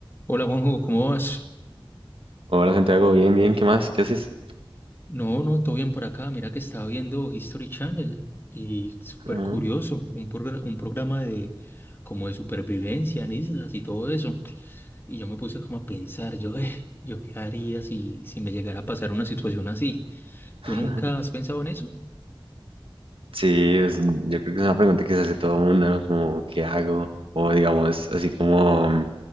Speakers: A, on the left; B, on the right.
A: Hola Juanjo, ¿cómo vas?
B: Hola Santiago, bien, bien, ¿qué más? ¿Qué haces?
A: No, no, todo bien por acá. Mira que estaba viendo History Channel y súper
B: Ah,
A: curioso, un, progra- un programa de como de supervivencia en islas y todo eso. Y yo me puse como a pensar, yo, eh, yo qué haría si, si me llegara a pasar una situación así.
B: <laughs>
A: ¿Tú nunca has pensado en eso?
B: Sí, es- yo creo que es una pregunta que se hace todo el mundo, ¿no? Como, ¿qué hago? O digamos, así como mm,